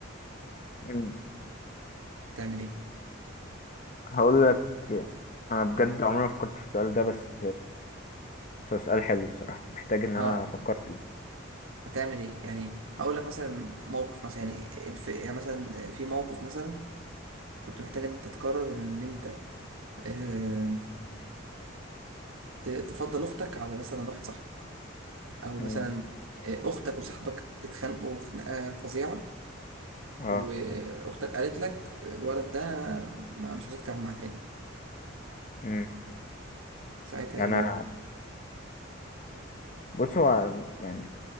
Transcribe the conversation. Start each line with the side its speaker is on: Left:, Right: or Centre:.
Left: مم.
Right: تعمل ايه
Left: هقول لك انا بجد عمري ما فكرت في السؤال ده بس بس سؤال حلو الصراحة محتاج إن أنا
Right: اه يعني
Left: أفكر فيه
Right: هتعمل ايه يعني هقول لك مثلا موقف مثلا يعني الف... يعني مثلا في موقف مثلا كنت محتاج ان انت تقرر من ان انت آه، ت- تفضل اختك على مثلا واحد صاحبك او
Left: مم.
Right: مثلا آه، اختك وصاحبك اتخانقوا خناقه فظيعه
Left: اه
Right: واختك قالت لك الولد ده ما انا مش عايزك تتعامل معاه تاني
Left: مم.
Right: ساعتها
Left: يعني
Right: ايه الوضع
Left: أنا بص هو يعني